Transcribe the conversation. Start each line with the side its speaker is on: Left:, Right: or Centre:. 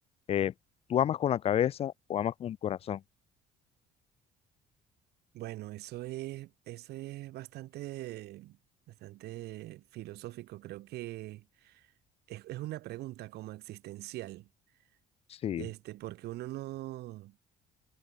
Left: Eh, ¿tú amas con la cabeza o amas con el corazón?
Right: Bueno, eso es, eso es bastante, bastante filosófico. Creo que es, es una pregunta como existencial.
Left: Sí,
Right: Este, porque uno no.